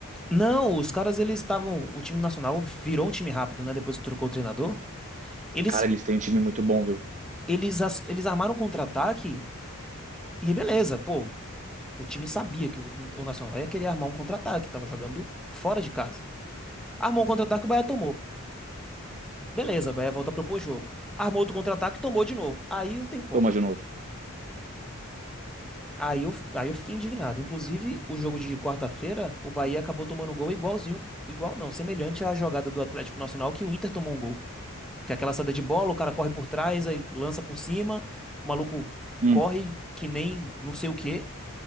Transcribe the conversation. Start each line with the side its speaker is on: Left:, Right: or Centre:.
Centre: Não, os caras, eles estavam. O time nacional virou um time rápido, né? Depois que trocou o treinador. Eles,
Right: Cara, eles têm um time muito bom, viu?
Centre: eles, as- eles armaram um contra-ataque e beleza, pô. O time sabia que o, o Nacional ia querer armar um contra-ataque, tava jogando fora de casa. Armou um contra-ataque, o Bahia tomou. Beleza, o Bahia volta a propor jogo. Armou outro contra-ataque, tomou de novo. Aí não tem como.
Right: Toma de novo.
Centre: Aí eu, aí eu fiquei indignado. Inclusive, o jogo de quarta-feira, o Bahia acabou tomando um gol igualzinho, igual não, semelhante à jogada do Atlético Nacional que o Inter tomou um gol. Que é aquela saída de bola, o cara corre por trás, aí lança por cima, o maluco
Right: Hum.
Centre: corre que nem não sei o quê,